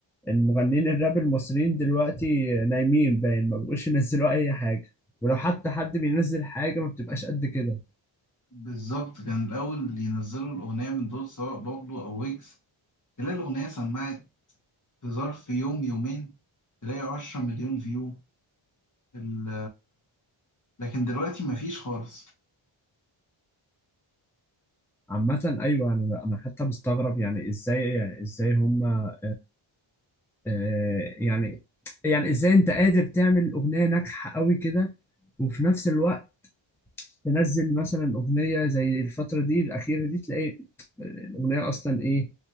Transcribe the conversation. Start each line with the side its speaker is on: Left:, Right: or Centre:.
Centre: المغنيين الراب المصريين دلوقتي نايمين باين ما بقوش ينزلوا اي حاجه ولو حتى حد بينزل حاجه ما بتبقاش قد كده
Left: بالظبط كان الأول اللي ينزلوا الأغنية من دول سواء بابلو أو ويجز تلاقي الأغنية سمعت في ظرف يوم يومين تلاقي عشرة مليون فيو ال- لكن دلوقتي مفيش خالص
Centre: عامه ايوه انا انا حتى مستغرب يعني ازاي ازاي هم آه آه يعني يعني ازاي انت قادر تعمل اغنيه ناجحه قوي كده وفي نفس الوقت تنزل مثلا اغنيه زي الفتره دي الاخيره دي تلاقي الاغنيه اصلا ايه